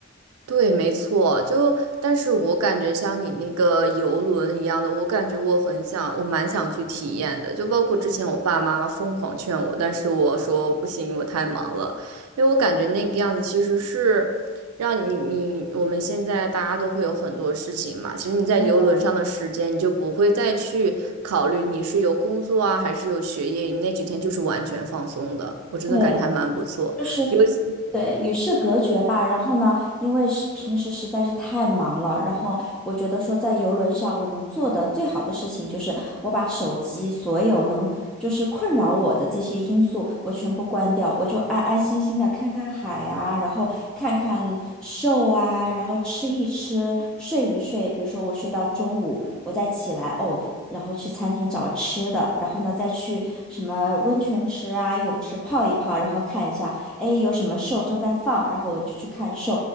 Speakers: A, on the right; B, in the centre.
A: 对，没错，就但是我感觉像你那个游轮一样的，我感觉我很想，我蛮想去体验的。就包括之前我爸妈疯狂劝我，但是我说不行，我太忙了，因为我感觉那个样子其实是让你你我们现在大家都会有很多事情嘛，其实你在游轮上的时间，
B: 对，
A: 你就不会再去考虑你是有工作啊还是有学业，你那几天就是完全放松的。我真的感觉还蛮不错，
B: 对，就是
A: 尤其。
B: 对，与世隔绝吧。然后呢，因为是平时实在是太忙了，然后我觉得说在游轮上我能做的最好的事情就是我把手机所有能就是困扰我的这些因素我全部关掉，我就安安心心的看看海啊，然后看看 s 啊，然后吃一吃，睡一睡。比如说我睡到中午，我再起来哦。然后去餐厅找吃的，然后呢，再去什么温泉池啊、泳池泡一泡，然后看一下。哎，诶有什么 s 正在放，然后我就去看 s